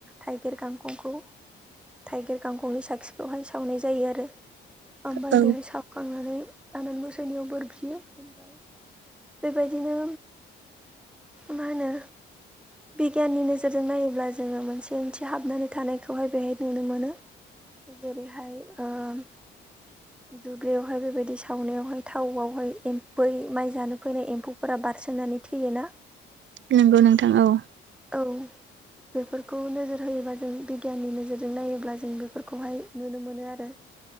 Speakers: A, in the centre; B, on the right.
A: थाइगिर गांखंखौ थाइगिर गांखंनि साखिखौहाय सावनाय जायो आरो। ओमफ्राय
B: औ
A: बेहाय सावखांनानै आनान गसाइनियाव बोर बियो ओमफ्राय बेबायदिनो मा होनो बिगियाननि नोजोरजों नायोब्ला जोङो मोनसे ओंथि हाबनानै थानायखौहाय बेहाय नुनो मोनो। जेरैहाय ओम दुब्लियावहाय बेबायदि सावनायावहाय थावआवहाय एम्फै माइ जानो फैनाय एम्फौ फोरा बारसोननानै थैयोना?
B: नोंगौ नोंथां औ।
A: औ बेफोरखौ नोजोर होयोबा जों बिगियाननि नोजोरजों नायोब्ला जों बेफोरखौहाय नुनो मोनो आरो।